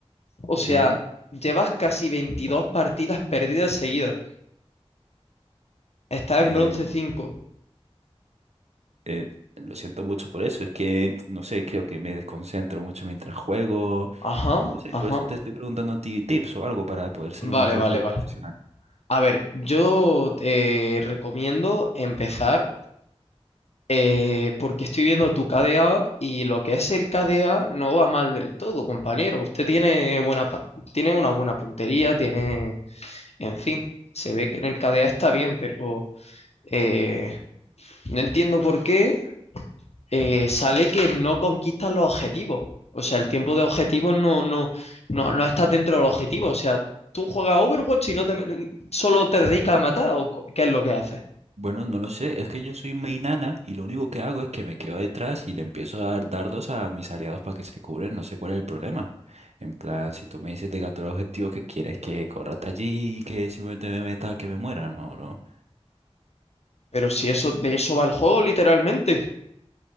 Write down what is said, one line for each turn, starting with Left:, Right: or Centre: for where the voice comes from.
Left: O
Right: Ujú.
Left: sea, llevas casi 22 partidas perdidas seguidas. Estás
Right: Eh,
Left: en bronce cinco
Right: eh, lo siento mucho por eso. Es que, no sé, creo que me desconcentro mucho mientras juego.
Left: Ajá,
Right: No sé,
Left: ajá.
Right: por eso te estoy preguntando a ti tips o algo para poder ser
Left: Vale,
Right: un mejor
Left: vale,
Right: jugador
Left: vale.
Right: profesional.
Left: A ver, yo te recomiendo empezar eh, porque estoy viendo tu KDA y lo que es el KDA no va mal del todo, compañero. Usted tiene buena, pa- tiene una buena puntería, tiene, en fin, se ve que en el KDA está bien, pero... eh, no entiendo por qué eh, sale que no conquistas los objetivos. O sea, el tiempo de objetivos no, no, no, no estás dentro del objetivo. O sea, tú juegas Overwatch y no te, solo te dedicas a matar, o qué es lo que haces.
Right: Bueno, no lo sé, es que yo soy muy nana y lo único que hago es que me quedo detrás y le empiezo a dar dardos a mis aliados para que se cubren, no sé cuál es el problema. En plan, si tú me dices de capturar objetivo que quieres que corra hasta allí y que simplemente me meta, que me muera, no, no.
Left: Pero si eso, de eso va el juego, literalmente.